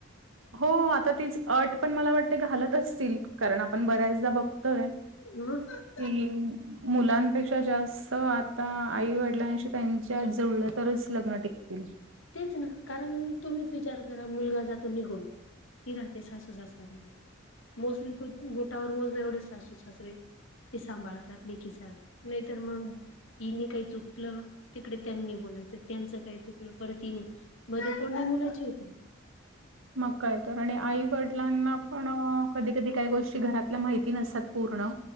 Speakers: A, on the right; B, on the left.
A: हो आता तीच अट पण मला वाटते घालत असतील कारण आपण बऱ्याचदा बघतोय.
B: <inaudible>
A: कली <unintelligible> मुलांपेक्षा जास्त आता आईवडिलांशी त्यांच्या जुळलं तरच लग्न टिकतील
B: तेच ना कारण तुम्हीच विचार करा मुलगा जातो निघून ती राहते सासू-सासर्‍यांबरोबर मोस्टली बोटावर मोजण्या एवढे सासू सासरे. ते सांभाळतात लेकी सारखे नाहीतर मग. हिने काय चुकलं तिकडे त्यांनी बोलायचं त्यांच काय चुकलं. परतीने मध्ये कोंडी मुलाची होती.
A: मग काय तर आणि आई वडिलांना पण कधी कधी. काही गोष्टी घरातल्या माहिती नसतात पूर्ण.